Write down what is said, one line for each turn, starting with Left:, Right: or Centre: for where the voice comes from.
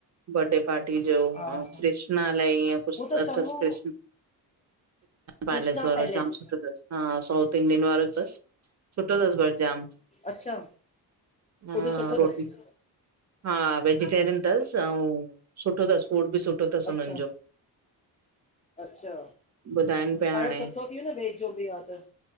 Right: बर्थडे पार्टी जो
Left: हा
Right: ऐं
Left: हा
Right: कृष्णा लाए ईअं कुझु
Left: उहो त
Right: अ
Left: चङो
Right: थसि कृष्ण पैलस
Left: कृष्णा
Right: वारो
Left: पैलेस
Right: जाम सुठो अथसि। हा, साउथ इंडियन वारो थसि। सुठो थसि बट जाम।
Left: अच्छा
Right: हा,
Left: फूड सुठो
Right: रोटी।
Left: अथसि
Right: हा, वेजिटेरियन थसि, अऊं सुठो अथसि, फूड बि सुठो अथसि,
Left: अच्छा
Right: हुननि जो।
Left: अच्छा,
Right: ॿुधाइनि पिया
Left: पाण
Right: हाणे
Left: सुठो थी वियो न, वेज जो बि आ त।